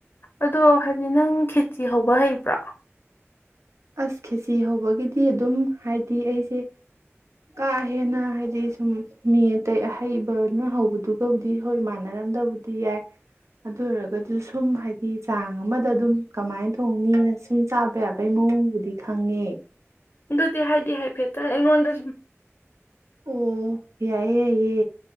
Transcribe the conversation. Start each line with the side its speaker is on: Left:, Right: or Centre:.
Left: ꯑꯗꯣ ꯍꯥꯏꯗꯤ ꯅꯪ ꯈꯦꯆꯤ ꯍꯧꯕ ꯍꯩꯕ꯭ꯔꯥ
Right: ꯑꯁ ꯈꯦꯁꯤ ꯍꯧꯕꯒꯤꯗꯤ ꯑꯗꯨꯝ ꯍꯥꯏꯗꯤ ꯑꯩꯁꯦ ꯀꯥ ꯍꯦꯟꯅ ꯍꯥꯏꯗꯤ ꯁꯨꯝ ꯃꯤ ꯑꯇꯩ ꯑꯍꯩꯕꯅ ꯍꯧꯕꯗꯨꯒꯕꯨꯗꯤ ꯍꯣꯏ ꯃꯥꯟꯅꯔꯝꯗꯕꯨꯗꯤ ꯌꯥꯏ ꯑꯗꯨ ꯑꯣꯏꯔꯒꯁꯨ ꯁꯨꯝ ꯍꯥꯏꯗꯤ ꯆꯥꯡ ꯑꯃꯗ ꯑꯗꯨꯝ ꯀꯃꯥꯏꯅ ꯊꯣꯡꯅꯤꯅ ꯁꯨꯝ ꯆꯥꯕ ꯌꯥꯕ ꯃꯑꯣꯡꯕꯨꯗꯤ ꯈꯪꯉꯦ
Left: ꯑꯥꯗꯨꯗꯤ ꯍꯥꯏꯗꯤ ꯍꯥꯏꯐꯦꯇꯥ ꯑꯩꯉꯣꯜꯗ
Right: ꯑꯣ ꯌꯥꯏꯌꯦ ꯌꯥꯏꯌꯦ